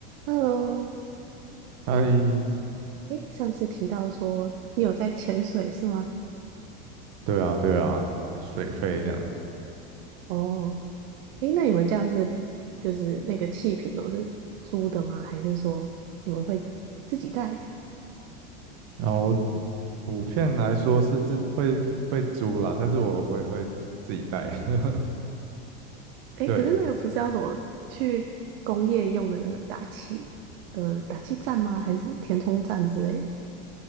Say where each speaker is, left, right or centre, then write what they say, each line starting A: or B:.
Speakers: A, on the right (about 65°); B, on the right (about 55°).
A: Hello，
B: 哎，
A: 诶，上次提到说你有在潜水是吗？
B: 对啊，对啊，就水费这样。
A: 哦，诶，那你们这样是就是那个气瓶都是租的吗？还是说你们会自己带？
B: 然后补片来说是自会会租啦，但是我我也会自己带。<laughs>
A: 诶，
B: 对
A: 可是那个不是要什么去工业用的那个打气的打气站吗？还是什么填充站之类的？